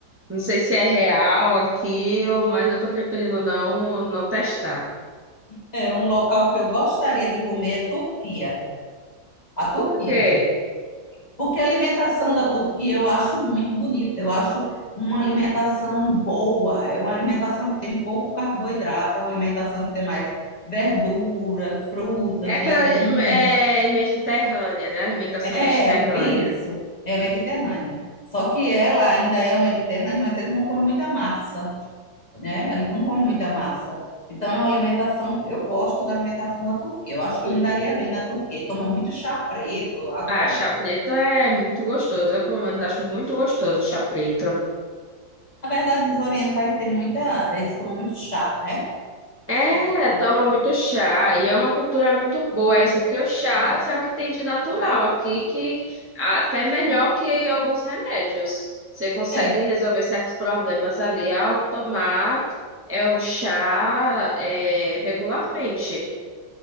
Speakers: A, on the right (about 20°); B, on the left (about 25°).
A: Não sei se é real aquilo, mas eu tô preferindo não, não testar.
B: é um local que eu gostaria de comer é Turquia. A Turquia.
A: Por quê?
B: Porque a alimentação da Turquia eu acho muito bonita. Eu acho uma alimentação boa. É uma alimentação que tem pouco carboidrato. É uma alimentação que tem mais verdura, frutas,
A: É aquela
B: legumes.
A: é mediterrânea, né? Alimentação
B: É,
A: mediterrânea.
B: isso. É mediterrânea. Só que ela ainda é um mediterrâneo, mas eles não comem muita massa, né? Eles não comem muita massa. Então é uma alimentação, eu gosto da alimentação da Turquia. Eu acho que
A: E,
B: eu me daria bem na Turquia. Toma muito chá preto lá
A: ah,
B: também.
A: chá preto é muito gostoso. Eu, pelo menos, acho muito gostoso chá preto.
B: Na verdade, os orientais têm muita, eles tomam muito chá, né?
A: É,
B: Você-
A: toma muito chá e é uma cultura muito boa essa, porque o chá é o que tem de natural aqui, que até melhor que alguns remédios. Você consegue
B: É,
A: resolver certos problemas ali ao tomar é o chá é, regularmente.